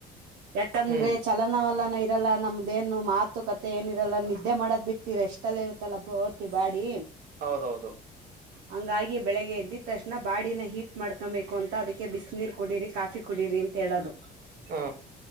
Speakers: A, on the right; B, on the right.
A: ಯಾಕಂದ್ರೆ
B: ಹ್ಮ್
A: ಚಲ ಲ್ಲಾನ ಇರಲ್ಲ ನಮ್ದೇನು ಮಾತು ಕತೆ ಏನ ಇರಲ್ಲ ನಿದ್ದೆ ಮಾಡದ್ ಬಿಟ್ಟಿ ರ ಎಷ್ಟ ಅಲ್ಲಿ ಇರುತ್ತ ಮತ್ತಲ್ಲ ಬರ್ತಿ ಬಾಡಿ
B: ಹೌದೌದು
A: ಹಂಗಾಗಿ ಬೆಳಗ್ಗೆ ಎದ್ದ ತಕ್ಷಣ ಬಾಡಿನ ಹೀಟ್ ಮಾಡ್ಕೊಬೇಕು ಅಂತ ಅದಕ್ಕೆ ಬಿಸಿನೀರ್ ಕುಡೀರಿ ಕಾಫಿ ಕುಡೀರಿ ತಳೋದು
B: ಹಾ